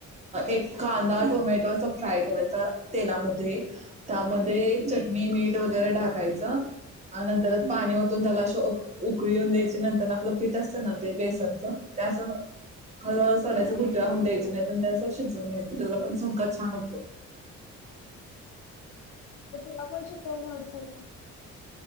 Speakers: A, on the right (about 20°); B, on the left (about 70°).
A: एक कांदा टोमॅटो अस फ्राय करायचा तेलामध्ये त्यामध्ये चटणी मीठ वगैरे टढाकायचं नंतरच पाणी ओतून त्याला असं उकळीून द्यायचे नंतर आपलं पीठ असतं ना ते बेसनच त्या असं ह सडयच कुठेहून द्यायच नाहीेत त्यास शिजून घेततो त्याचा पण चोंका छान असतो
B: ते आपण शिकवून एवढं सगळ